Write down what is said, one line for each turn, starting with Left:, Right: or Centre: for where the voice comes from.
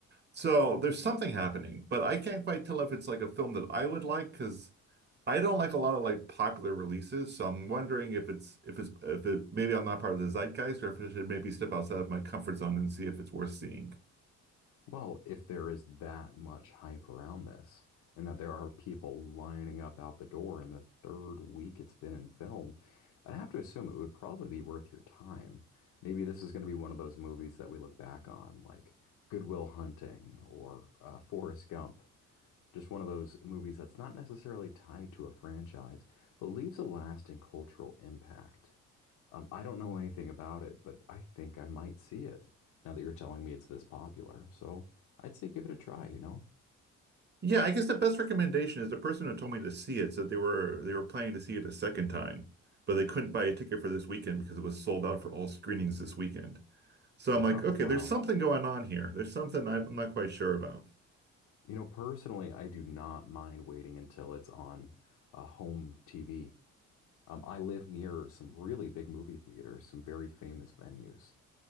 Right: So there's something happening, but I can't quite tell if it's like a film that I would like because I don't like a lot of like popular releases. So I'm wondering if it's if it's if it maybe I'm not part of the zeitgeist or if I should maybe step outside of my comfort zone and see if it's worth seeing.
Left: Well, if there is that much hype around this, and that there are people lining up out the door in the third week it's been in film, I'd have to assume it would probably be worth your time. Maybe this is going to be one of those movies that we look back on, like Goodwill Hunting or uh, Forrest Gump. Just one of those movies that's not necessarily tied to a franchise, but leaves a lasting cultural impact. Um, I don't know anything about it, but I think I might see it now that you're telling me it's this popular. So I'd say give it a try, you know? <laughs>
Right: Yeah, I guess the best recommendation is the person who told me to see it said they were they were planning to see it a second time, but they couldn't buy a ticket for this weekend because it was sold out for all screenings this weekend. So
Left: Oh,
Right: I'm like, okay,
Left: wow.
Right: there's something going on here. There's something I'm not quite sure about.
Left: You know, personally, I do not mind waiting until it's on a home TV. Um, I live near some really big movie theaters, some very famous venues.